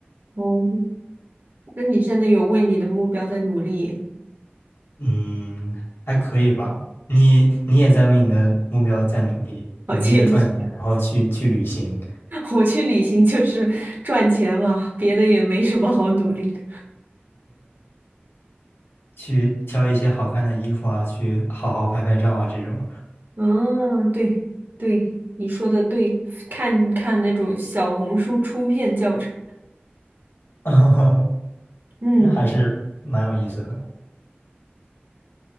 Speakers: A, on the right; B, on the left.
A: 哦，那你真的有为你的目标在努力耶
B: 嗯，还可以吧。你你也在为你的目标在努力，
A: 好建议。
B: 努力的赚钱，然后去去旅行，
A: <laughs> 我去旅行就是赚钱嘛，别的也没什么好努力的。
B: 去挑一些好看的衣服啊，去好好拍拍照啊，这种，
A: 嗯，对对，你说的对，看看那种小红书出片教程。
B: <laughs>
A: 嗯，
B: 那还是蛮有意思的。